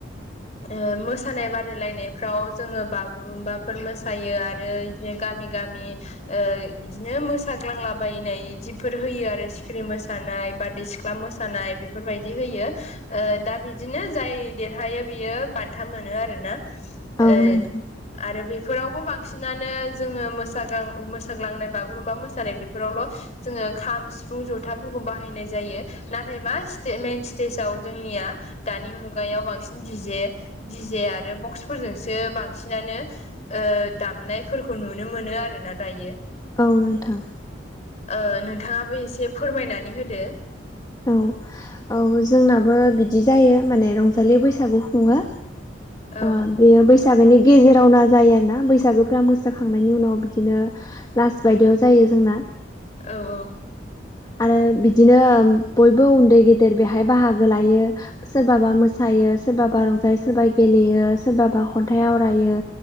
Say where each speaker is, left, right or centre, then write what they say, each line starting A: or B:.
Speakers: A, on the left; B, on the left.
A: ओ ओ मोसानाय बादायलायनायफ्राव जोङो बागुरुम्बाफोर मोसायो आरो बे गामि गामि बिदिनो मोसाग्लांलाबायनाय बिदिफोर होयो आरो सिखिरि मोसानाय बदै सिख गस्ला मोसानाय बेफोरबायदि होयो। दा बिदिनो जाय देरहायो बियो बान्था मोनो आर ना।
B: औ
A: ओ
B: नोंथां
A: आरो बेफोरावबो बांसिनानो जोङो मोस मोसाग्लांनाय बागुरुम्बा मोसानाय बेफोरावल' जोङो खाम सिफुं जथाफोरखौ बाहायनाय जायो। नाथाय मा मेइन स्टेजाव जोंनिया दानि मुगायाव बांसिन दि जे दि जे आरो बक्सफोरजोंसो बांसिनानो ओ दामनायफोरखौ नुनो मोनो आर ना दायो।
B: औ नोंथां
A: ओ नोंथाङाबो एसे फोरमायनानै होदो।
B: औ औ जोंनाबो बिदि जायो माने रंजालि बैसागु खुङो।
A: औ
B: ओ बेयो बैसागोनि गेजेरावना जायो आरोना बैसागोफ मोसाखांनायनि उनाव बिदिनो लास बायदियाव जायो जोंना।
A: औ औ
B: आरो बिदिनो बयबो उन्दै गेदेर बेहाय बाहागो लायो। सोरबाबा मोसायो सोरबाबा रंजायो सोरबा गेलेयो सोरबाबा खन्थाइ आवरायो।